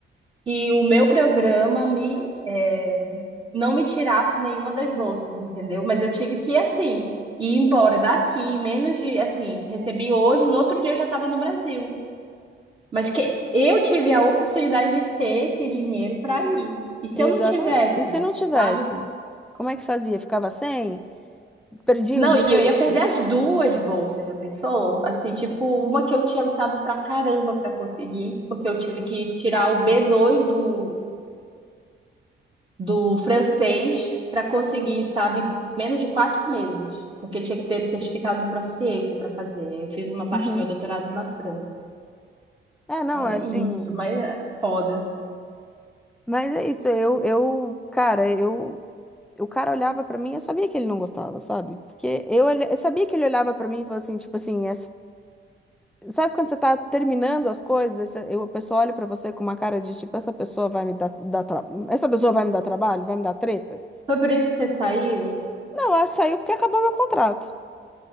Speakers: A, on the right (about 25°); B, in the centre.
A: que o meu programa me, é, não me tirasse nenhuma das bolsas, entendeu? Mas eu tive que, assim, ir embora daqui, menos de, assim, recebi hoje, no outro dia eu já estava no Brasil. Mas que eu tive a oportunidade de ter esse dinheiro para ir. E se
B: exatamente.
A: eu não tivesse,
B: E se não tivesse?
A: sabe?
B: Como é que fazia? Ficava sem? Perdia
A: Não,
B: o direito?
A: e eu ia perder as duas bolsas, já pensou? Assim, tipo, uma que eu tinha lutado pra caramba pra conseguir, porque eu tive que tirar o B2 do, do francês pra conseguir, sabe? Menos de quatro meses, porque tinha que ter certificado de proficiência pra fazer. Aí Eu fiz uma parte
B: Uhum.
A: do meu doutorado na França.
B: É, não,
A: É
B: é assim.
A: isso, mas é foda.
B: Mas é isso, eu, eu, cara, eu. O cara olhava pra mim, eu sabia que ele não gostava, sabe? Porque eu, olha- eu sabia que ele olhava pra mim e falou assim, tipo assim, Sabe quando você tá terminando as coisas, esse- eu, a pessoa olha pra você com uma cara de tipo, essa pessoa vai me dar, dar tra- essa pessoa vai me dar trabalho, vai me dar treta?
A: Foi por isso que você saiu?
B: Não, ela saiu porque acabou meu contrato.